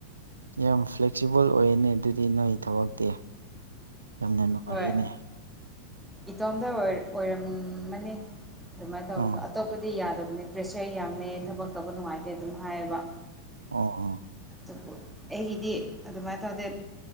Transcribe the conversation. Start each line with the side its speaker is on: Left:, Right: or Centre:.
Right: ꯌꯥꯝ ꯐ꯭ꯂꯦꯛꯁꯤꯕꯜ ꯑꯣꯏꯅꯦ ꯑꯗꯨꯗꯤ ꯅꯣꯏ ꯊꯕꯛꯇꯤ ꯌꯥꯝꯅ ꯅꯨꯡꯉꯥꯏꯌꯦꯅꯦ
Centre: ꯍꯣꯏ ꯏꯇꯣꯝꯇ ꯑꯣꯏ ꯑꯣꯏꯔꯝꯃꯅꯤ ꯑꯗꯨꯃꯥꯏꯅ ꯇꯧꯕꯋꯗꯣ
Right: ꯑꯣ
Centre: ꯑꯇꯣꯞꯄꯗꯤ ꯌꯥꯗꯕꯅꯦ ꯄ꯭ꯔꯦꯁꯔ ꯌꯥꯝꯃꯦ ꯊꯕꯛ ꯇꯧꯕ ꯅꯨꯡꯉꯥꯏꯇꯦ ꯑꯗꯨꯝ ꯍꯥꯏꯌꯦꯕ
Right: ꯑꯣ ꯑ
Centre: ꯑꯗꯨꯕꯨ ꯑꯩꯒꯤꯗꯤ ꯑꯗꯨꯃꯥꯏꯅ ꯇꯧꯗꯦ